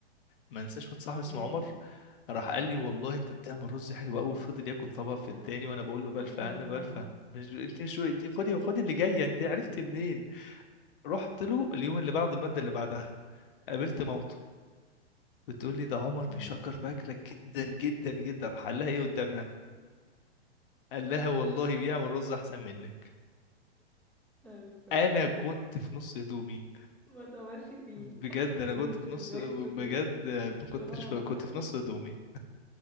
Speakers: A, on the left; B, in the centre.
A: ما انساش واحد صاحبي اسمه
B: يا-
A: عمر راح قال لي والله انت بتعمل رز حلو قوي وفضل ياكل طبق في التاني
B: ها،
A: وانا بقول له بلفه
B: احلى
A: انا
B: من ماما
A: بلفه مش انت مش خدي خدي اللي جايه انت عرفتي منين رحت له اليوم اللي بعده المادة اللي بعدها قابلت مامته بتقول لي ده عمر
B: مم.
A: بيشكر في أكلك جدا جدا جدا حلها ايه قدامنا قال لها والله بيعمل رز أحسن منك
B: لا لسه
A: أنا كنت في نص هدومي
B: ما تمرش فيه
A: بجد
B: <laughs>
A: أنا
B: الرز
A: كنت
B: اللي
A: في نص
B: بياكله
A: بجد
B: طول
A: ما كنتش
B: طول عمره
A: في... كنت في نص هدومي